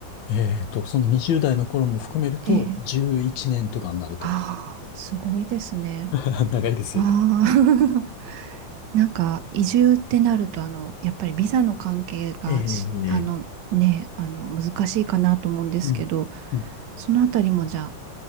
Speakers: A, on the left (about 70°); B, on the right (about 70°).
A: えっと、その20代の頃も含めると、
B: ええ。
A: 11年とかになると思
B: ああ、すごいですね。
A: う。<laughs> 長いですよね。
B: わあ。<laughs> なんか、移住ってなると、あの、やっぱりビザの関係がし、
A: ええ
B: あの、ね、あの、難しいかなと思うんですけど、
A: うん。うん
B: そのあたりもじゃあ、